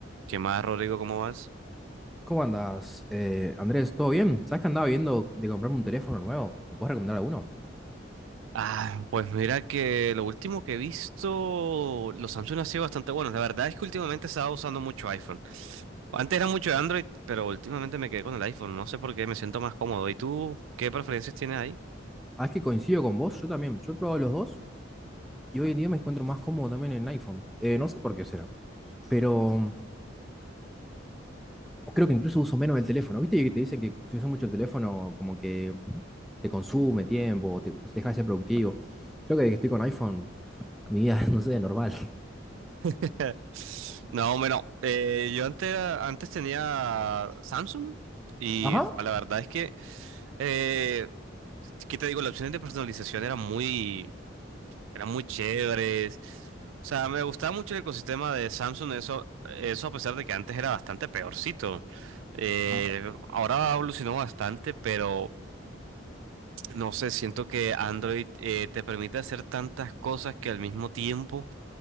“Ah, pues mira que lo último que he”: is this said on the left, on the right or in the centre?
Right